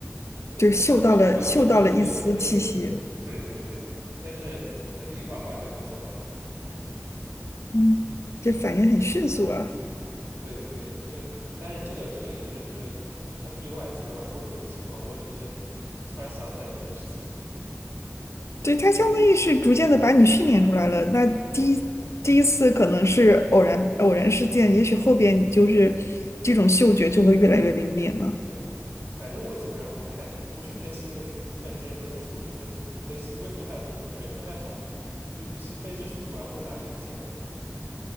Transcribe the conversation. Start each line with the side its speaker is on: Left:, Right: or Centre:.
Right: 就他说几句话就就出现问题了。
Left: 就是嗅到了嗅到了一丝气息，
Right: 嗯，对对对，但是可能就一会儿会儿就就走了。嗯，
Left: 嗯，这反应很迅速啊。
Right: 对对，这但是这个这个也是就是很例外，基本上不会有这种情况。我只是突然想起来有这个事情。
Left: 对，它相当于是逐渐的把你训练出来了。那第一第一次可能是偶然偶然事件，
Right: 嗯
Left: 也许后边你就是这种嗅觉就会越来越灵敏了。
Right: 嗯。对。对，反正我基本上不看，不去分析那个数，像你之前说那个数据分分析，我也不太会，我数学也不太好，就是与其分析这数据，我还不如拿长线呢。